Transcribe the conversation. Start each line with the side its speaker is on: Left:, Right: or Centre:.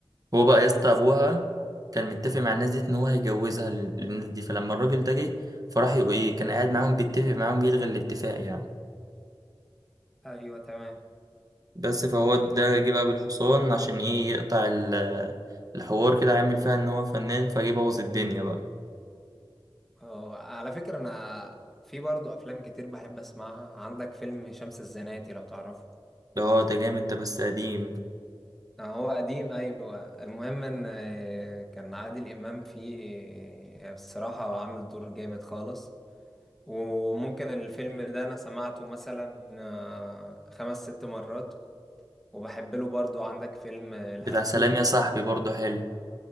Right: هو بقى
Centre: لا
Right: يا اسطى
Centre: بصراحة
Right: ابوها كان متفق مع الناس دي ان هو هيجوزها لل- للناس دي فلما الراجل ده جه فراح يق- ايه كان قاعد معاهم بيتفق معاهم يلغي الاتفاق يعني
Centre: أيوه تمام
Right: بس فهو ده جه بقى بالحصان عشان ايه يقطع ال- الحوار كده عامل فيها ان هو فنان فجه بوظ الدنيا بقى
Centre: اه على فكرة أنا في برضو أفلام كتير بحب أسمعها عندك فيلم شمس الزناتي لو تعرفه
Right: اه ده جامد ده بس قديم
Centre: آه، هو قديم أيوه المهم إن آه، كان عادل إمام فيه آه، بصراحة عامل دور جامد خالص وممكن الفيلم ده انا سمعته مثلا آه، خمس ست مرات وبحب له برضو عندك فيلم آه، الهلفوت
Right: بتاع سلام يا صاحبي برضه حلو